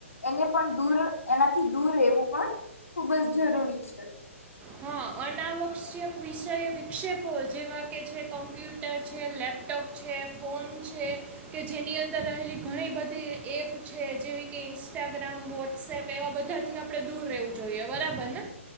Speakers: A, on the left (about 80°); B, on the right (about 20°).
A: એને પણ દૂર એનાથી દૂર રહેવું પણ ખૂબ જ જરૂરી છે.
B: હા, અનાવશ્યક વિષય વિક્ષેપો જેવા કે છે. કમ્પ્યુટર છે, લેપટોપ છે, ફોન છે, કે જેની અંદર રહેલી ઘણી બધી એપ છે જેવી કે ઇન્સ્ટાગ્રામ વોટ્સએપ એવા બધાથી આપણે દૂર રહેવું જોઈએ? બરાબર ને.?